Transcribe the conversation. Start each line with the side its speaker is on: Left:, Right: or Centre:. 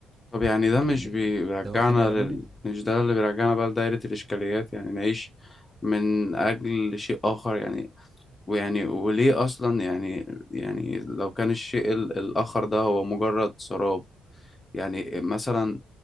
Left: طب يعني ده مش
Right: ال-
Left: بي- بيرجعنا
Right: ده واخدني على
Left: لل...
Right: منى
Left: مش ده اللي بيرجعنا بقى لدائرة الإشكاليات يعني نعيش من أجل شيء آخر يعني ويعني وليه أصلا يعني يعني لو كان الشيء ال... الآخر ده هو مجرد سراب يعني مثلا